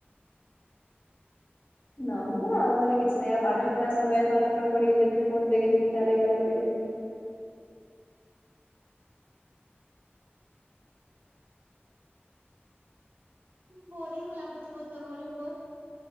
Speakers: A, on the left (about 60°); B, on the right (about 55°).
A: ନହେଲେ, ଆଉ ଘରେ କିଛି ନାହିଁ। ଆଉ ପାଠ ପଢା ସମୟରେ ପାଠ ନ ପଢି ଯଦି ଫୋନ୍ ଦେଖିବି ତାହେଲେ ଗାଳି ପଡିବ।
B: ବୋରିଂ ଲାଗୁଥିବ ତ ଘରେ ବହୁତ!